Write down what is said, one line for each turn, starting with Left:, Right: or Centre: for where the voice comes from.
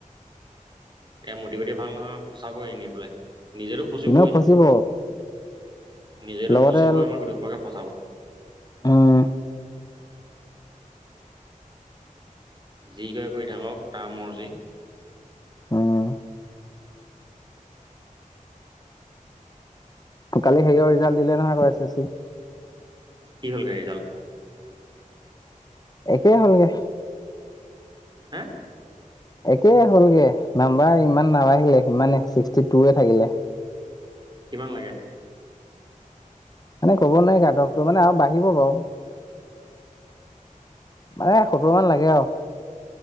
Right: এতিয়া মটি খুটি ভাল নহয় ফচাবগৈ এনে পেলাই। নিজো ফচিবই
Left: এনেও ফচিব
Right: নিজেতো
Left: লগতে
Right: ফচিবই আমাৰ গোটেইখোপাকে ফচাব।
Left: উম।
Right: যিকৈ কৰি থাকক তাৰমৰ্জি।
Left: উম কালি সেয়ও ৰিজাল্ট দিলে নহয় এই এছ এছ চি।
Right: কি হ'ল ৰিজাল্ট।
Left: একেই হ'লগে।
Right: হা।
Left: একে হ'লগে নাম্বাৰ ইমান নাৰালে সিমানে ছিক্সটি টু হে থাকিলে।
Right: কিমান লাগে।
Left: মানে ক'ব নোৱাৰি গাধৱটো মানে আৰু বাঢ়িব বাৰু। মানে সত্তৰ মান লাগে আৰু।